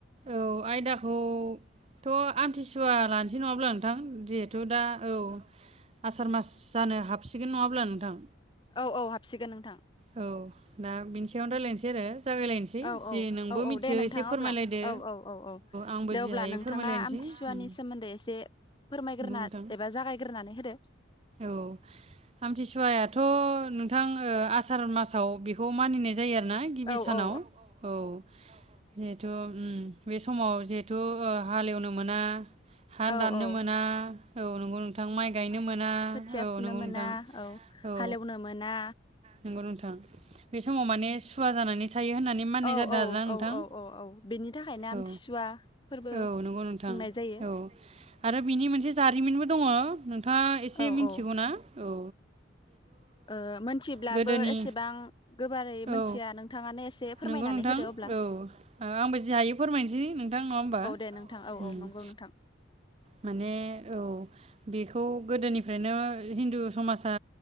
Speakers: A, on the right; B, on the left.
A: औ आयदाखौथ आमथिसुवा लानो सै नङा होनल्बा नोंथां जिहेथु दा औ आसार मास जानो हाब सिगोन नङा होनब्ला नोंथां
B: औ औ हाबसिगोन नोंथां।
A: औ दा बिनि सायावनो रायलायनोसै आरो। जागायलायनोसै
B: औ
A: जि
B: औ
A: नोंबो
B: औ औ
A: मिथियो
B: दे नोंथां
A: एसे फोरमायलायदो।
B: अब्ला औ औ औ औ
A: आंबो
B: दे
A: जि
B: अब्ला
A: हायो
B: नोंथाङा
A: फोरमायलायनोसै
B: आमथिसुवानि
A: उम
B: सोमोन्दै एसे फोरमायग्रोना
A: नंगौ नोंथां
B: एबा जागायग्रोनानै होदो।
A: औ आमथिसुवायाथ नोंथां ओ आसार मासाव बेखौ मानिनाय जायो आरो। ना गिबि
B: औ
A: सानाव
B: औ
A: औ जिहेथु ओम बे समाव थु हालेवनो मोना हा
B: औ
A: दाननो
B: औ
A: मोना औ नोंगौ नोंथां माइ गायनो मोना
B: थिया
A: औ
B: फुनो
A: नंगौ
B: मोना
A: नोंथां
B: औ
A: औ
B: हालेवनो मोना
A: नंगौ नोंथां बे समाव माने सुवा जानानै थायो होननानै मानिनाय
B: औ
A: जादों
B: औ
A: आरोना नोंथां
B: औ औ औ औ बेनि थाखायनो आमथिसुवा
A: औ
B: फोरबो
A: औ नंगौ नोंथां
B: बुंनाय जायो।
A: औ आरो बिनि मोनसे जारिमिनबो दङ नोंथाङा एसे
B: औ
A: मिथिगौ
B: औ
A: ना? औ
B: ओ मिथिब्लाबो
A: गोदोनि
B: एसेबां गोबारै मोनथिया
A: औ
B: नोंथाङानो एसे फोरमायनानै
A: नंगौ नोंथां
B: होदो अब्ला
A: औ ओ आंबो जि हायो फोरमायनोसै नोंथां नङा होमबा औ
B: दे
A: औ
B: नोंथां औ
A: दे,
B: नंगौ नोंथां
A: माने औ बेखौ गोदोनिफ्रायनो हिन्दु समाजा